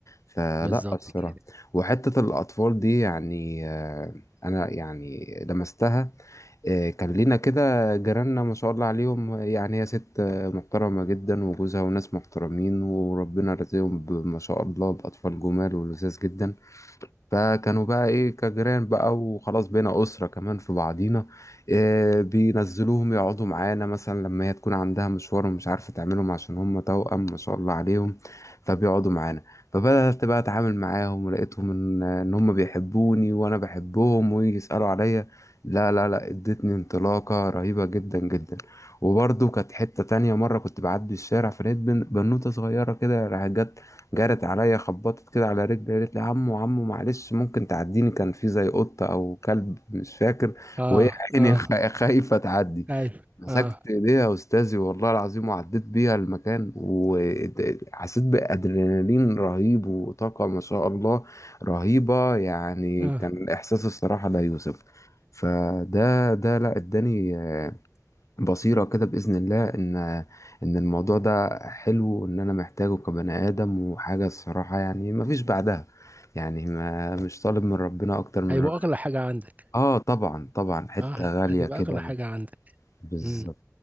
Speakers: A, on the left; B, on the right.
A: فلا
B: بالظبط
A: الصراحه
B: كده
A: وحته الاطفال دي يعني آه، انا يعني لمستها آه، كان لينا كده جيراننا ما شاء الله عليهم يعني هي ست آه، محترمه جدا وجوزها وناس محترمين وربنا رزقهم ب- ما شاء الله باطفال جمال ولذاذ جدا فكانوا بقى ايه كجيران بقى وخلاص بينا اسره كمان في بعضينا إيه بينزلوهم يقعدوا معانا مثلا لما هي تكون عندها مشوار ومش عارفه تعملهم عشان هم توأم ما شاء الله عليهم فبيقعدوا معانا فبدأت بقى اتعامل معاهم ولقيتهم ان ان هم بيحبوني وانا بحبهم ويجي يسألوا عليا لا لا لا ادتني انطلاقه رهيبه جدا جدا وبرضه كانت حتة تانية مرة كنت بعدي الشارع فلقيت بن- بنوتة صغيرة كده راحت جت جرت عليا خبطت كده على رجلي قالت لي عمو عمو معلش ممكن تعديني كان في زي قطة أو كلب مش فاكر
B: اه
A: وهي عيني
B: اه
A: خ- خايفة تعدي
B: ايوه
A: مسكت
B: اه
A: إيديها يا أستاذي والله العظيم وعديت بيها المكان وحسيت بأدرينالين رهيب وطاقة ما شاء الله رهيبة يعني
B: اه
A: كان إحساس الصراحة لا يوصف فده ده لا اداني بصيرة كده بإذن الله إن إن الموضوع ده حلو وإن أنا محتاجه كبني آدم وحاجة الصراحة يعني مفيش بعدها يعني ما مش طالب من ربنا أكتر من
B: هيبقى
A: ربنا
B: اغلى حاجة عندك
A: آه طبعا طبعا حتة
B: اه هت-
A: غالية
B: هتبقى
A: كده
B: اغلى حاجة عندك
A: بالظبط
B: امم